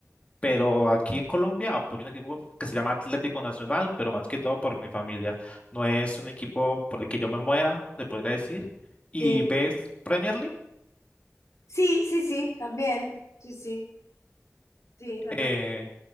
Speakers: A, on the left; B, on the left.
A: pero aquí en Colombia apoyo un equipo que se llama Atlético Nacional, pero más que todo por mi familia. No es un equipo por el que yo me muera, se podría decir. Y
B: Sí,
A: ves Premier League.
B: sí, sí, sí, también. Sí, sí. Sí, la
A: Eh,
B: pre-